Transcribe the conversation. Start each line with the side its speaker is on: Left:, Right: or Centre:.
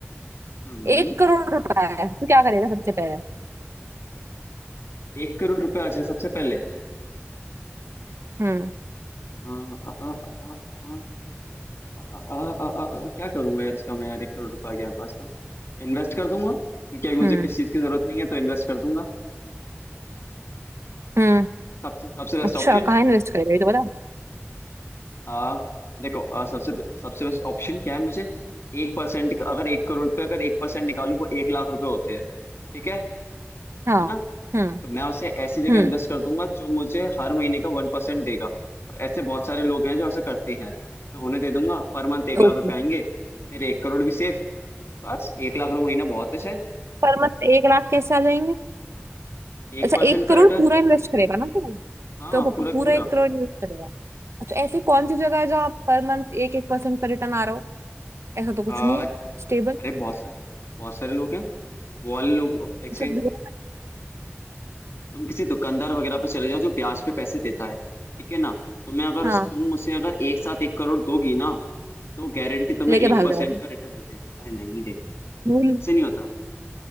Left: हम्म
Right: एक करोड़ रुपए है तो क्या करेगा सबसे पहले
Left: एक करोड़ रुपए आ जाए सबसे पहले
Right: हम्म
Left: आ, आ, आ, आ, आ, अ, अ, अ, अ, अ, क्या करूं मैं यार इसका मैं यार एक करोड़ रुपया आ गया मेरे पास तो इन्वेस्ट कर दूंगा क्योंकि अभी मुझे
Right: हम्म
Left: किसी चीज की जरूरत नहीं है तो इन्वेस्ट कर दूंगा
Right: हम्म
Left: सबसे सबसे बेस्ट
Right: अच्छा
Left: ऑप्शन
Right: कहाँ इन्वेस्ट करेगा ये तो बता
Left: आ देखो अ, सबसे सबसे बेस्ट ऑप्शन क्या है मुझे एक परसेंट अगर एक करोड़ पे अगर एक परसेंट निकालू वो एक लाख रुपए होते हैं ठीक है
Right: हाँ
Left: है ना
Right: हम्म
Left: तो मैं उसे ऐसी जगह
Right: हम्म
Left: इन्वेस्ट कर दूंगा जो मुझे हर महीने का वन परसेंट देगा और ऐसे बहुत सारे लोग हैं जो ऐसा करते हैं मैं उन्हें दे दूंगा पर मंथ एक लाख
Right: ओके
Left: रुपए आएंगे मेरे एक करोड़ भी सेफ बस एक लाख रुपए महीना बहुत है
Right: पर मंथ एक लाख कैसे आ जाएंगे
Left: एक
Right: अच्छा
Left: परसेंट
Right: एक करोड़
Left: का रिटर्न
Right: पूरा इन्वेस्ट करेगा ना तू
Left: हाँ
Right: तो प-
Left: पूरा
Right: पूरा
Left: का पूरा
Right: एक करोड़ इन्वेस्ट करेगा अच्छा ऐसी कौन सी जगह है जहाँ पर मंथ एक एक परसेंट का रिटर्न आ रहा हो ऐसा तो कुछ
Left: आ,
Right: नहीं है स्टेबल
Left: अरे बहुत सारे बहुत सारे लोग हैं वो वाले लोग एक
Right: अच्छा
Left: सेकंड
Right: ग्रोथ
Left: तुम किसी दुकानदार वगैरह पे चले जाओ जो ब्याज पे पैसे देता है ठीक है ना तुम्हें अगर
Right: हाँ
Left: उस- तुम उसे अगर एक साथ एक करोड़ दोगी ना तो गारंटी तुम्हें
Right: लेके
Left: एक
Right: भाग
Left: परसेंट
Right: जाएगा
Left: का रिटर्न दे देगा अरे नहीं देगा
Right: भूल
Left: ऐसे नहीं होता